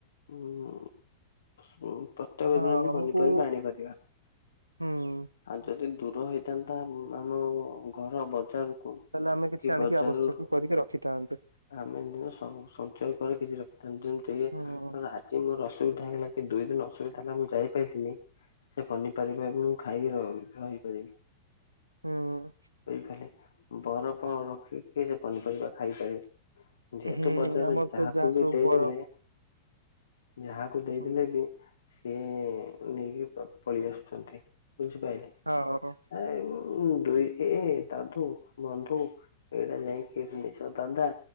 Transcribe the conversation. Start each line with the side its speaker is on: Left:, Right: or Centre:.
Left: ଉ-ଉ-ଉ-ଉ ସ୍ପୁ ପ୍ରତ୍ୟେକ
Right: ହଁ
Left: ଦିନ ବି
Right: ଆମକୁ
Left: ପନିପରିବା ଆଣିପାରିବା।
Right: ହୁଁ
Left: ଆଉ ଯଦି ଦୂର ହେଇଥାନ୍ତା ଆମ୍ ଆମ-ଅ-ଅ-ଅ ଘର ବଜାରକୁ
Right: ତାହେଲେ ଆମେ କିଛି
Left: କି
Right: ଆଣିକି
Left: ବଜାରରୁ
Right: ଆବଶ୍ୟକ କରିକି ରଖିଥାନ୍ତେ।
Left: ଆମେ ଏଦିନୁ ସଂ ସଞ୍ଚୟ କରି କିଛି ରଖିଥାନ୍ତୁ ଯେମିତି କି
Right: ହୁଁ
Left: ଆ-ଆ ଜି ମୋର ଅସୁବିଧା ହେଲା କି ଦୁଇ ଦିନ ଅସୁବିଧା ହେଲା ମୁଁ ଯାଇପାଇଲିନି ସେ ପନିପରିବାକୁ ଖାଇକି ରହି ରହିପାରିବି।
Right: ହୁଁ।
Left: <unintelligible> ବରଫ ରଖିକି ସେ ପନିପରିବା ଖାଇପାରିବେ। ଯେହେତୁ
Right: ହୁଁ
Left: ବଜାରରେ
Right: ଆମର
Left: ଯାହାକୁ
Right: ତ ଯାହା
Left: ବି
Right: ସବୁ
Left: ଦେଇଦେଲେ
Right: ବରଫ
Left: ଯାହାକୁ ଦେଇଦେଲେ
Right: ହୁଁ
Left: ବି ସିଏ-ଏ-ଏ-ଏ ନେଇକି ପ ପଳେଇ ଆସୁଛନ୍ତି। ବୁଝିପାରିଲେ?
Right: ହଁ ହଁ ହଁ।
Left: ଆ-ଆ-ଉ-ଉ-ଉ ଦୁଇ ଏ ତାଠୁ ବନ୍ଧୁ ଏଇଟା ନେଇକି ଜିନିଷ ଦାଦା